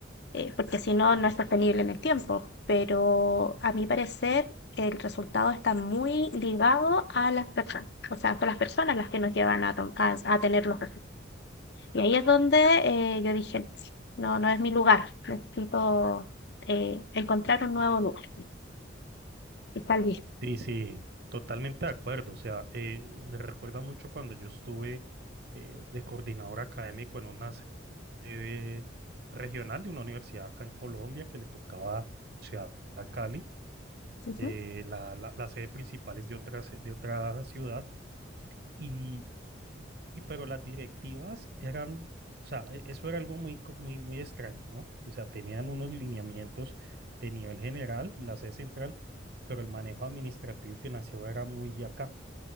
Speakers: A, on the left; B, on the right.
A: eh, porque si no, no es sostenible en el tiempo. Pero a mi parecer, el resultado está muy ligado a las personas. O sea, son las personas las que nos llevan a, to- a- a tener los resultados. Y ahí es donde eh, yo dije, no, no es mi lugar, necesito eh, encontrar un nuevo lugar. Y tal vez.
B: Sí, sí, totalmente de acuerdo. O sea, eh, me recuerda mucho cuando yo estuve eh, de coordinador académico en una sede regional de una universidad acá en Colombia que le tocaba ciudad a Cali.
A: Ujú,
B: Eh, la, la, la sede principal es de otra, se- de otra ciudad. Y y pero las directivas eran, o sea, e- eso era algo muy, co- muy, muy extraño, ¿no? O sea, tenían unos lineamientos de nivel general, la C central, pero el manejo administrativo y financiero era muy de acá.